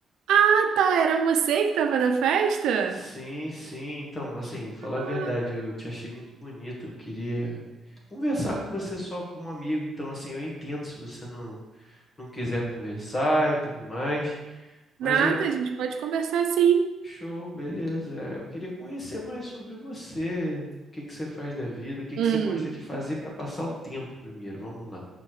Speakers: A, on the right (about 75°); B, on the left (about 40°).
A: Ah, tá, era você que estava na festa?
B: Sim, sim. Então, assim, vou falar
A: Ah,
B: a verdade, eu te achei muito bonita. Eu queria conversar com você só como amigo. Então, assim, eu entendo se você não, não quiser conversar e tudo mais. Mas
A: nada,
B: eu,
A: a gente pode conversar sim.
B: Show, beleza. É, Eu queria conhecer mais sobre você. O que que você faz da vida? O que
A: Hum,
B: que você gosta de fazer para passar o tempo primeiro? Vamos lá.